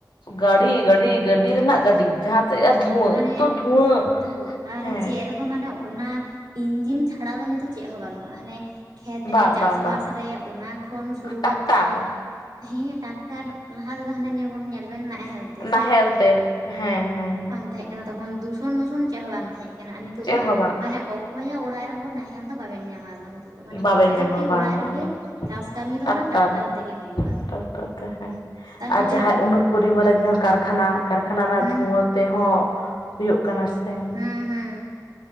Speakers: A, on the left (about 85°); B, on the right (about 75°).
A: ᱜᱟᱹᱲᱤ ᱜᱟᱹᱰᱤ ᱜᱟᱹᱰᱤ ᱨᱮᱱᱟᱜ ᱜᱟᱹᱰᱤ ᱡᱟᱦᱟᱸ ᱥᱮᱫ ᱫᱷᱩᱣᱟᱹ
B: ᱢᱟᱱᱮ
A: ᱮᱛᱚ ᱫᱷᱩᱣᱟᱹ
B: ᱫᱷᱩᱣᱟᱹ ᱟᱨ
A: ᱦᱮᱸ,
B: ᱪᱮᱫ ᱢᱟᱱᱮ ᱚᱱᱟ ᱤᱧᱡᱤᱱ ᱪᱷᱟᱲᱟ ᱫᱚ ᱱᱤᱛᱚᱜ ᱪᱮᱫ ᱦᱚᱸ ᱵᱟᱹᱱᱩᱜᱼᱟ, ᱦᱟᱱᱮ ᱠᱷᱮᱛ
A: ᱵᱟᱝ
B: ᱨᱮ ᱪᱟᱥ
A: ᱵᱟᱝ
B: ᱵᱟᱥ
A: ᱵᱟᱝ
B: ᱨᱮ ᱚᱱᱟ ᱠᱷᱚᱱ ᱥᱩᱨᱩ
A: ᱴᱟᱠᱴᱟᱨ
B: ᱠᱟᱛᱮ, ᱦᱮᱸ ᱴᱟᱠᱴᱟᱨ ᱞᱟᱦᱟ ᱨᱮᱫᱚ ᱦᱟᱱᱮ ᱧᱮᱞᱵᱚᱱ ᱧᱮᱞ ᱵᱤᱱ ᱱᱟᱦᱮᱞ ᱛᱮ
A: ᱱᱟᱦᱮᱞ ᱛᱮ ᱦᱮᱸ ᱦᱮᱸ ᱦᱮᱸ,
B: ᱛᱟᱦᱮᱸᱜ ᱠᱟᱱᱟ ᱛᱚᱠᱷᱚᱱ ᱫᱩᱥᱚᱱᱼᱢᱩᱥᱚᱱ ᱪᱮᱫ ᱦᱚᱸ ᱵᱟᱝ ᱛᱟᱦᱮᱸ ᱠᱟᱱᱟ ᱟᱨ ᱱᱤᱛᱚᱜ
A: ᱪᱮᱫ
B: ᱫᱚ
A: ᱦᱚᱸ ᱵᱟᱝ
B: ᱢᱟᱱᱮ ᱚ ᱚᱠᱚᱭᱟᱜ ᱚᱲᱟᱜ ᱨᱮᱦᱚᱸ ᱱᱟᱦᱮᱞ ᱫᱚ ᱵᱟᱵᱮᱱ ᱧᱟᱢᱟ ᱟᱫᱚ ᱱᱤᱛᱚᱜ ᱢᱟᱱᱮ
A: ᱵᱟᱵᱮᱱ
B: ᱯᱨᱚᱛᱮᱠᱴᱤ
A: ᱧᱟᱢᱟ ᱵᱟᱝ
B: ᱚᱲᱟᱜ
A: ᱵᱟᱝ
B: ᱨᱮᱜᱮ
A: ᱵᱟᱝ
B: ᱪᱟᱥ ᱠᱟᱹᱢᱤ ᱫᱚ
A: ᱴᱟᱠᱴᱟᱨ
B: ᱚᱱᱟ ᱴᱨᱟᱠᱴᱟᱨ ᱛᱮᱜᱮ ᱦᱩᱭᱩᱜᱼᱟ᱾
A: ᱴᱟᱠᱴᱟᱨ ᱛᱮ ᱦᱮᱸ
B: ᱛᱟᱦᱚᱞᱮ
A: ᱟᱨ ᱡᱟᱦᱟᱸ ᱩᱱᱟᱹᱜ ᱯᱚᱨᱤᱢᱟᱱ ᱨᱮ ᱡᱟᱦᱟᱸ ᱠᱟᱨᱠᱷᱟᱱᱟ ᱠᱟᱨᱠᱷᱟᱱᱟ ᱚᱱᱟ
B: ᱦᱮᱸ
A: ᱫᱷᱩᱣᱟᱹ ᱛᱮᱦᱚᱸ ᱦᱩᱭᱩᱜ ᱠᱟᱱᱟ ᱥᱮ,
B: ᱦᱮᱸ ᱦᱮᱸ